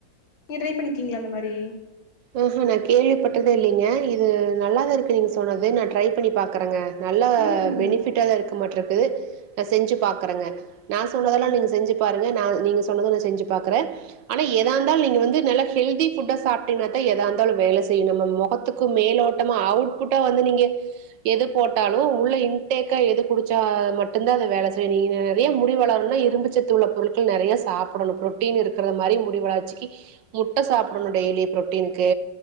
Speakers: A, on the left; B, on the right.
A: நீங்க ட்ரை பண்ணிக்கீங்களா அந்த மாரி
B: ம்ஹும் நா கேள்விப்பட்டதே இல்லைங்க இது நல்லா தா இருக்கு நீங்க சொன்னது நா ட்ரை பண்ணி பாக்குறேங்க நல்ல
A: ம்
B: பெனிபிட்டா தா இருக்க மாட்ருக்கு நா செஞ்சு பாக்குறேங்க நா சொன்னதெல்லா
A: ம்
B: நீங்க செஞ்சு பாருங்க நா நீங்க சொன்னத செஞ்சு பாக்குறே ஆனா ஏதா இருந்தாலு நீங்க வந்து நல்ல ஹெல்தி சாப் ஏதா இருந்தாலு வேலை செய்யும் நம்ம மொகத்துக்கு மேலோட்டமா அவுட்புட்டா வந்து நீங்க எது போட்டாலு உள்ள இன்டேக்கா எது குடிச்சா மட்டுந்தா அது வேல செய்யு நீ நெறைய முடி வளரணுனா இரும்பு சத்து உள்ள பொருட்கள் நெறைய சாப்படணு புரோட்டீன் இருக்க மாதரி முடிவு வளச்சிக்கு முட்டை சாப்பிடணு டெய்லி புரோட்டீனுக்கு